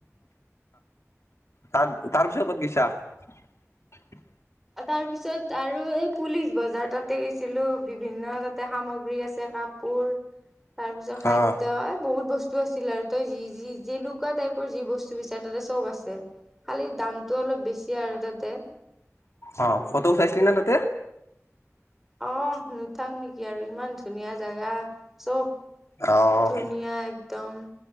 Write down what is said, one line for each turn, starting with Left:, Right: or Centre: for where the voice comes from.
Left: তাৰ তাৰপিছত ক'ত গৈছা
Centre: তাৰ পিছত আৰু এই পুলিচ বজাৰ তাতে গৈছিলো বিভিন্ন তাত সামগ্ৰী আছে কাপোৰ তাৰপিছত খাদ্য
Left: অ'
Centre: এ বহুত বস্তু আছে চিলাৰ তই যি যি যেনেকুৱা টাইপৰ যি বস্তু বিচাৰে তাতে চব আছে খালি দামটো অলপ বেছি আৰু তাতে
Left: অ ফটোও চাইছিলি না তাতে
Centre: আহ নুঠাম নেকি আৰু ইমান ধুনীয়া জেগা চব
Left: অ'
Centre: ধুনীয়া এক তম